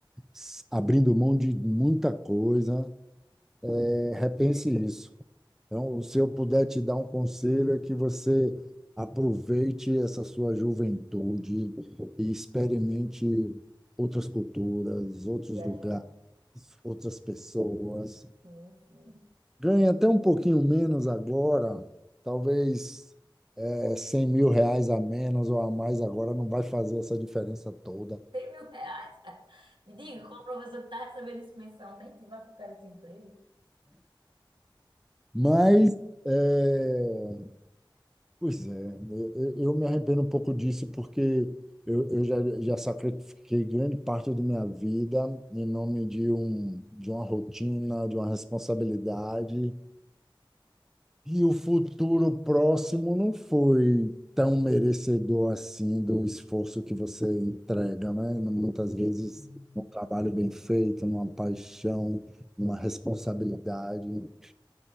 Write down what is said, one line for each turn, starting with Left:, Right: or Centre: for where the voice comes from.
Centre: s- abrindo mão de muita coisa. É, repense isso. Então, se eu puder te dar um conselho é que você aproveite essa sua juventude e experimente outras culturas, outros
Right: viajar.
Centre: lugares, outras pessoas.
Right: Sim, sim.
Centre: Ganhe até um pouquinho menos agora, talvez É 100 mil reais a menos ou a mais agora não vai fazer essa diferença toda.
Right: 100 mil reais? <laughs> Me diga, qual professor que tá recebendo isso mensalmente e vai pro cara esse emprego?
Centre: Mas, é, pois é, eu, eu- eu me arrependo um pouco disso porque eu, eu já, já sacrifiquei grande parte da minha vida em nome de, um, de uma rotina, de uma responsabilidade. E o futuro próximo não foi tão merecedor assim do esforço que você entrega, né? Muitas vezes
Right: Hum.
Centre: um trabalho bem feito, numa paixão, numa responsabilidade.